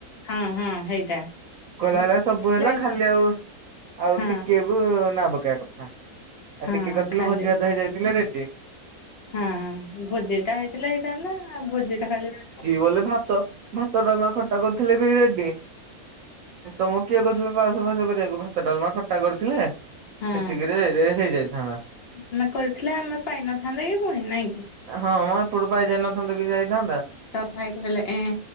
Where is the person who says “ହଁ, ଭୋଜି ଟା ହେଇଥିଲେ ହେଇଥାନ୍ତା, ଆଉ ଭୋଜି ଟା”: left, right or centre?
Left